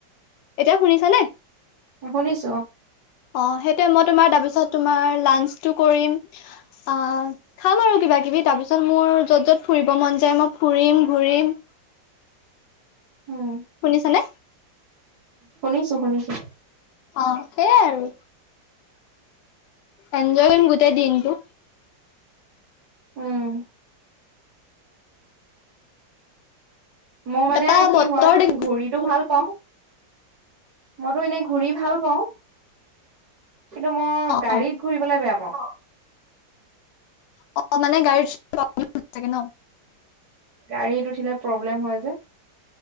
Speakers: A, on the left; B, on the right.
A: এতিয়া শুনিছা নে?
B: শুনিছো অ
A: অ সেইটোয়ে মই তোমাৰ তাৰপিছত তোমাৰ লাঞ্চটো কৰিম, আ খাম আৰু কিবা কিবি, তাৰপিছত মোৰ যত যত ফুৰিব মন যায় মই ফু ৰিম ঘূৰিম।
B: উম
A: শুনিছানে?
B: শুনিছো শুনিছো।
A: অ সেইয়াই আৰু এনজয় কৰিম গোটেই দিনটো।
B: উম। মই মানে
A: তাৰপা
B: কি
A: বতৰ
B: হয়
A: দেখি
B: ঘূৰিটো ভাল পাওঁ, মইতো এনে ঘূৰি ভাল পাওঁ। কিন্তু মই
A: অ
B: গাড়ীত ঘুৰিবলে বেয়া পাওঁ।
A: অ মানে গাড়ীত--ন?
B: গাড়ীত উঠিলে প্ৰব্লেম হয় যে।